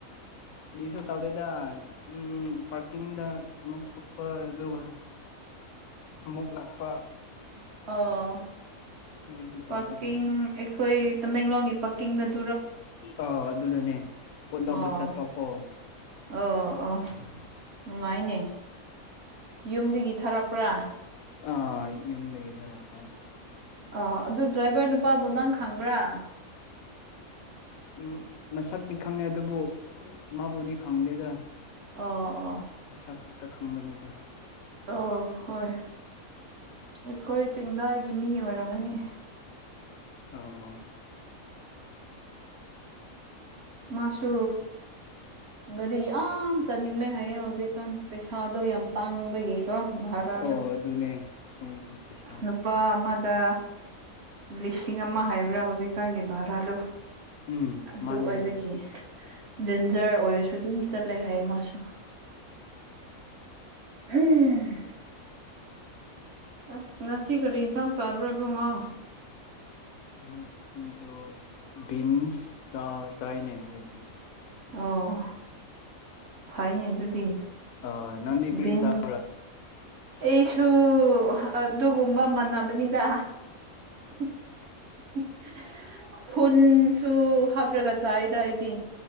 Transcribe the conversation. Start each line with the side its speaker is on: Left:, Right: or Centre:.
Left: ꯀꯔꯤꯁꯨ ꯇꯧꯗꯦꯗ ꯎꯝ ꯄꯥꯔꯀꯤꯡꯗ ꯑꯃꯨꯛ ꯊꯣ ꯄ ꯑꯗꯨꯒ ꯑꯃꯨꯛ ꯂꯥꯛꯄ
Right: ꯑꯣ
Left: ꯀꯔꯤꯁꯨ ꯇꯧꯗꯦꯗ
Right: ꯄꯥꯛꯀꯤꯡ ꯑꯩꯈꯣꯏ ꯇꯃꯦꯡꯂꯣꯡꯒꯤ ꯄꯥꯀꯤꯡꯗꯗꯤ
Left: ꯑꯣ ꯑꯗꯨꯗꯅꯦ ꯄꯣꯠ
Right: ꯑꯣ
Left: ꯂꯧꯕ ꯆꯠꯄꯀꯣ
Right: ꯑꯣ ꯑꯣ ꯅꯨꯡꯉꯥꯏꯅꯦ ꯌꯨꯝꯗꯒꯤ ꯊꯥꯔꯛꯄ꯭ꯔꯥ
Left: ꯑꯥ ꯌꯨꯝꯗꯒꯤ ꯊꯥꯔꯛꯄ
Right: ꯑ ꯑꯗꯨ ꯗ꯭ꯔꯥꯏꯚꯔ ꯅꯨꯄꯥꯕꯨ ꯅꯪ ꯈꯪꯕ꯭ꯔꯥ
Left: ꯎꯝ ꯃꯁꯛꯗꯤ ꯈꯪꯉꯦ ꯑꯗꯨꯕꯨ ꯃꯥꯕꯨꯗꯤ ꯈꯪꯗꯦꯗ
Right: ꯑꯣ ꯑꯣ
Left: ꯃꯁꯛ ꯈꯛꯇ ꯈꯪꯕꯅꯤꯗ
Right: ꯑꯣ ꯍꯣꯏ ꯑꯩꯈꯣꯏ ꯆꯤꯡꯗꯥꯏꯒꯤ ꯃꯤ ꯑꯣꯏꯔꯝꯒꯅꯤ
Left: ꯑꯧ ꯑꯣ
Right: ꯃꯥꯁꯨ ꯒꯥꯔꯤ ꯌꯥꯝ ꯆꯠꯅꯤꯡꯂꯦ ꯍꯥꯏꯌꯦ ꯍꯧꯖꯤꯛꯀꯥꯟ ꯄꯩꯁꯥꯗꯣ ꯌꯥꯝ ꯇꯥꯡꯕꯒꯤ ꯀꯣ ꯚꯔꯥꯗꯣ
Left: ꯑꯣ ꯑꯗꯨꯅꯦ ꯃꯣꯏꯒꯤ ꯄꯩꯁꯥ
Right: ꯅꯨꯄꯥ ꯑꯃꯗ ꯂꯤꯁꯤꯡ ꯑꯃ ꯍꯥꯏꯕ꯭ꯔꯥ ꯍꯧꯖꯤꯛꯀꯥꯟꯒꯤ ꯚꯔꯥꯗꯣ
Left: ꯎꯝ
Right: ꯑꯗꯨ
Left: ꯃꯥꯅꯦ
Right: ꯑꯣꯏꯕꯒꯤ
Left: ꯑꯗꯨꯅ
Right: ꯗꯦꯟꯖꯔ ꯑꯣꯏꯔꯁꯨ ꯑꯗꯨꯝ ꯆꯠꯂꯦ ꯍꯥꯏꯌꯦ ꯃꯥꯁꯨ ꯎꯝ ꯑꯁ ꯉꯁꯤ ꯀꯔꯤ ꯌꯦꯟꯁꯥꯡ ꯆꯥꯕ꯭ꯔꯥ ꯏꯕꯨꯡꯉꯣ
Left: ꯉꯁꯤꯗꯣ ꯕꯤꯟꯁ ꯆꯥ ꯆꯥꯏꯅꯦ ꯑꯩꯗꯤ
Right: ꯑꯣ ꯐꯩꯅꯦ ꯑꯗꯨꯗꯤ
Left: ꯑ ꯅꯪꯗꯤ ꯀꯔꯤ
Right: ꯕꯤꯟꯁ
Left: ꯆꯥ <unintelligible>
Right: ꯑꯩꯁꯨ ꯑꯗꯨꯒꯨꯝꯕ ꯃꯥꯟꯅꯕꯅꯤꯗ <unintelligible> <unintelligible> ꯍꯨꯟꯁꯨ ꯍꯥꯞꯔꯒ ꯆꯥꯏꯗ ꯑꯩꯗꯤ